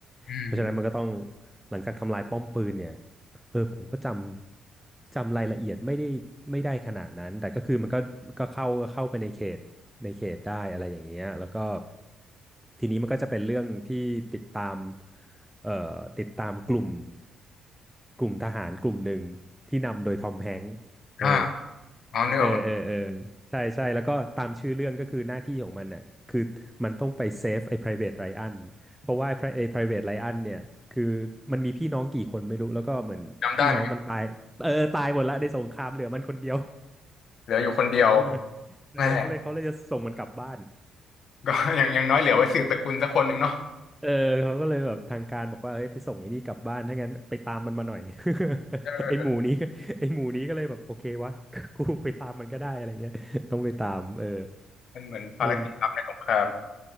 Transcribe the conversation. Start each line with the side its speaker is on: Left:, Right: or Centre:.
Left: อืม
Centre: เพราะฉะนั้นมันก็ต้องหลังจากทำลายป้อมปืนเนี่ยเออผมก็จำจำรายละเอียดไม่ได้ไม่ได้ขนาดนั้นแต่ก็คือมันก็ก็เข้าก็เข้าไปในเขตในเขตได้อะไรอย่างเงี้ยแล้วก็ทีนี้มันก็จะเป็นเรื่องที่ติดตาม เอ่อติดตามกลุ่มกลุ่มทหารกลุ่มหนึ่งที่นำโดยทอมแฮงค์เออ
Left: อ่าอ๋อนึกออก
Centre: เออเออเออใช่ใช่แล้วก็ตามชื่อเรื่องก็คือหน้าที่ของมันน่ะคือมันต้องไปเซฟไอ้ private Ryan เพราะว่าไอ้ pri- ไอ้ private Ryan เนี่ยคือมันมีพี่น้องกี่คนไม่รู้แล้วก็เหมือนพี่น้องมันตายเออตายหมดละในสงครามเหลือมันคนเดียว
Left: จำได้ไหมเหลืออยู่คนเดียว
Centre: เออเออก็เลยเขาเลยจะส่งมันกลับบ้าน
Left: แม่ก็ <laughs> อย่างอย่างน้อยเหลือไว้สืบตระกูลสักคนหนึ่งเนาะ
Centre: เออเขาก็เลยแบบทางการบอกว่าเฮ้ยไปส่งไอ้นี่กลับบ้านถ้างั้นไปตามมันมาหน่อย <laughs>
Left: เออ
Centre: ไอ้หมูนี้ไอ้หมูนี้ก็เลยแบบโอเควะ <laughs> กูไปตามมันก็ได้อะไรเงี้ยต้องไปตามเออ
Left: มันเหมือนภารกิจลับในสงคราม
Centre: เออ